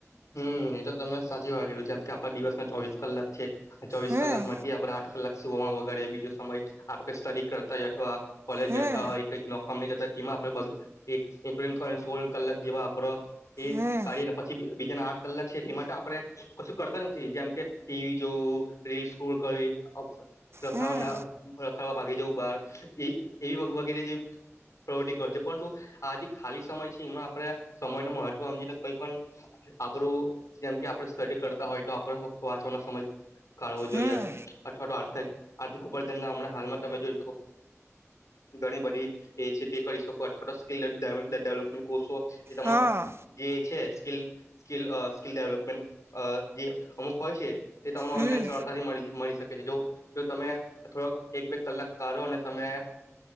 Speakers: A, on the left (about 75°); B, on the right (about 50°).
A: હમ્મ એ તો તમે સાચી વાત કર જેમ કે આપણા દિવસમાં ચોવીસ કલાક છે. ચોવીસ
B: હમ
A: કલાક માંથી આપડણે આઠ કલાક સુ વગરે બીજો સમય આપ સ્ટડી કરતા હો અથવા કોલેજ
B: હમ
A: જતા હોય નોકમ જતા હોય તેમાં આપે સોળ કલાક જેવા આપડૉ એ
B: હમ
A: કાઢીને પછી બીજાના આઠ કલાક છે તે માટે આપણે કશું કરતા જ નથી નથી જેમ કે ટીવી જોવું રીલસ કરી રખાવા
B: હમ
A: ના રખાડવા ભાગી જવું બાર એ એવી વગેરે જે પ્રવૃતિ કર છે પરંતુ આજે ખાલી સમય છે એમાં આપડે સમય ન મહત્વ આમજીને કઈ પણ આપડું જેમ કે આપડ સ્ટડી કરતા હોય તો આપડ વાંચવાનો સમય કાવો જોઈએ
B: હમ
A: અથવા તો આ આર્થિક ઉપાન ના હાલમાં તમે જોઈ શકો ઘણી બધી એ છે તે કરી શકોો સ્કીલ ડેવલપમેન્ટ કોસો જે તમારો
B: હા
A: જે છે સ્કીલ સ્કિલ સ્કિલ ડેવલપમેન્ટ જે અમુક હોય છે તે તમને ઓનલાઈન
B: હમ
A: સરળતાથી મળ મળી શકે છે જો જો તમે થોડોક એક બે કલાક કાઢો અને તમે